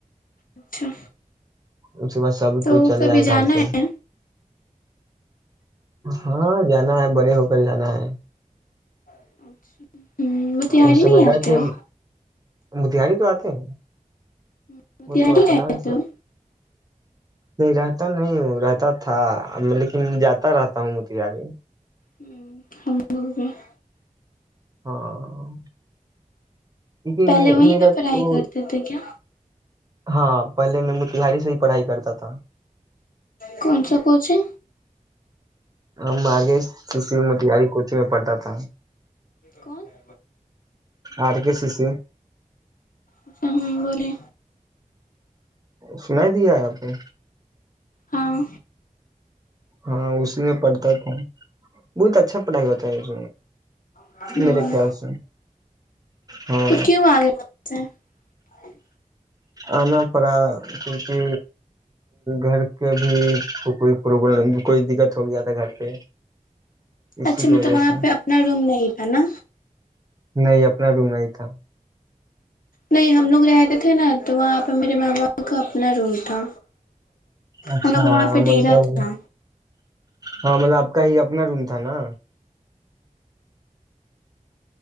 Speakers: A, on the left (about 80°); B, on the right (about 25°).
A: اچھا
B: اس کے بعد سبھی
A: تو
B: کوئی چلے
A: کبھی
B: جائے
A: جانا
B: گھر پہ
A: ہے
B: ہاں جانا ہے بڑے ہو کر جانا ہے
A: ہوں موتہاری
B: وہ سمجھ
A: نہیں
B: گئے
A: آتے
B: تھے
A: ہو
B: متہاری تو آتے ہیں
A: موتہاری
B: وہ تو اپنا
A: رہتے ہو
B: نہیں رہتا نہیں ہوں رہتا تھا لیکن جاتا رہتا ہوں متیاری
A: ہ ہم ل پ <unintelligible>
B: ہاں کیونکہ
A: پہلے
B: می-
A: وہیں
B: میرا
A: پہ پڑھائی
B: تو
A: کرتے تھے کیا
B: ہاں پہلے میں م تہاری سے ہی پڑھائی کرتا تھا
A: کون سا کونچے
B: ہم مارگ سس مٹ یاری میں پڑتا تھا
A: کون <unintelligible>
B: آر کے سی س
A: اچ ہ بولے
B: سناائی دیا ہے آپ نے
A: ہاں
B: ہاں اس میں پڑتا تھا بہت اچھا پڑھائی ہوتا ہے اس
A: ہوں
B: میرے خیال سے ہاں
A: تو کیوں آگے وہاں سے ہ <unintelligible>
B: آنا پڑا کیونکہ گھر کے بھی تو کوئی پرابلم کوئی دقت ہو گیا تھا گھر پہ اسی
A: اچھا
B: کی وجہ
A: مطلب وہاں
B: سے
A: پہ اپنا روم نہیں تھا نا
B: نہیں اپنا روم نہیں تھا
A: نہیں ہم لوگ رہتے تھے نا تو وہاں پہ میرے ماما کا اپنا روم تھا
B: اچھا
A: ہم لوگ کو وہاں پہ ڈے
B: مطلب
A: رہا تھا نا
B: ہاں مطلب آپ کا ہی اپنا روم تھا نا